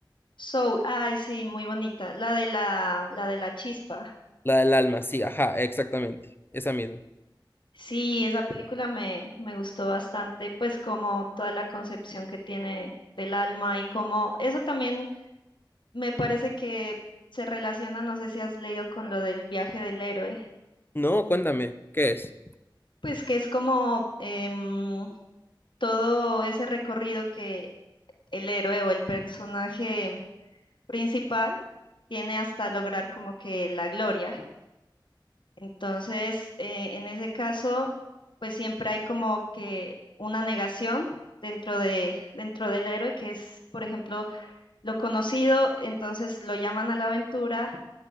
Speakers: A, on the left (about 70°); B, on the left (about 25°).
A: Soul, ay, sí, muy bonita. La de la, la de la chispa.
B: La del alma, sí, ajá, exactamente. Esa misma.
A: Sí, esa película me, me gustó bastante, pues como toda la concepción que tiene del alma y como eso también me parece que se relaciona, no sé si has leído con lo del viaje del héroe,
B: No, cuéntame, ¿qué es?
A: pues que es como em, todo ese recorrido que el héroe o el personaje principal tiene hasta lograr como que la gloria. Entonces, eh, en ese caso, pues siempre hay como que una negación dentro de, dentro del héroe, que es, por ejemplo, lo conocido, entonces lo llaman a la aventura,